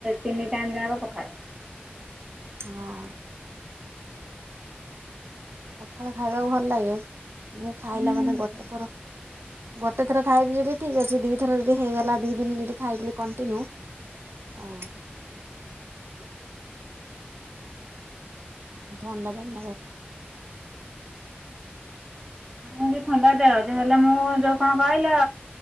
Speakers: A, on the right (about 20°); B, on the right (about 80°).
A: ତିନି ଟାଇମ୍ ଯାକ ପଖାଳ।
B: ହଁ ପଖାଳ ଖାଇବାକୁ ଭଲ ଲାଗେ ମୁଁ ଖାଇଲା
A: ହୁଁ ଦିଆଯାଏ
B: ମାନେ ଗୋଟେ ଥର ଗୋଟେ ଥର ଖାଇବି ଯଦି ଠିକ୍ ଅଛି। ଦିଥର ଯଦି ହେଇଗଲା ଦି ଦିନ ଯଦି ଖାଇଦେଲି କଣ୍ଟିନ୍ୟୁ ଆଉ ଥଣ୍ଡା ଧରି
A: ମୁଁ ବି ଥଣ୍ଡା ଦେହ ଯେ ହେଲେ ମୁଁ ଯୋଉ କ'ଣ କହିଲ?